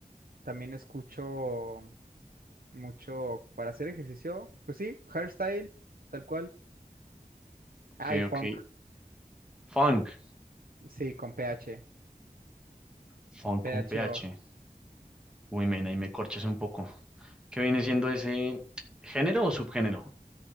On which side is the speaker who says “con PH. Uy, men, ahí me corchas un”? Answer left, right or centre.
Centre